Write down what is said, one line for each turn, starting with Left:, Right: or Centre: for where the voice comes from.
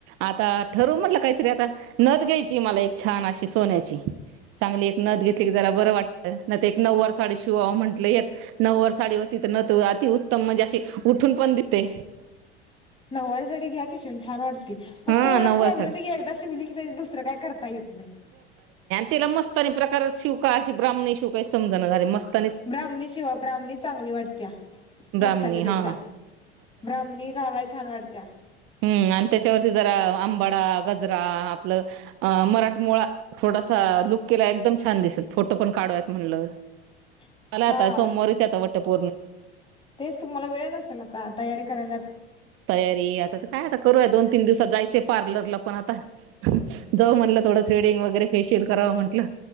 Right: आता ठरव म्हटल काय तरी आता, नथ घ्यायचीए मला एक छान अशी सोन्याची. चांगली एक नथ घेतली की, जरा बरं वाटत. नाही तर एक नववार साडी शिवावं म्हटलं, नववार साडी वरती नथ ओ, अति उत्तम म्हणजे अशी उठून पण दितय.
Left: नववारी साडी घ्या कि, शिऊन छान वाटते. फक्त
Right: हा
Left: एवढाच
Right: नऊवार
Left: प्रॉब्लेम
Right: साडी
Left: होतो की, एकदा शिवली की, त्याच दुसरं काय करता येत नाही.
Right: तीला मस्तानी प्रकारात शिवू का? अशी ब्राह्मणी शिवू काय समजना झालय, मस्त
Left: ब्राह्मणी शिवा, ब्राह्मणी चांगली वाटतिया
Right: ब्राह्मणी
Left: मस्तानीपेक्षा.
Right: हा
Left: ब्राम्हमणी घालाय छान वाटतिया.
Right: हुं. म आणि ते त्याच्यावरती जरा अंबाडा, गजरा आपलं मराठ मोळा थोडासा लूक केला एकदम छान दिसल, फोटो पण काढूयात म्हणटलं
Left: <inaudible>
Right: आला
Left: हा
Right: आता, सोमवारीच आता वाटतं.
Left: तेच तुम्हाला वेळ नसेल आता तयारी करराण्यात
Right: तयारी आता तर काय आता करूया, दोन तीन दिवसात जायचे पार्लरला पण आता, जाऊ म्हणल. थोडं थ्रेडिंग वगैरे, फेशियल करांव म्हटलं.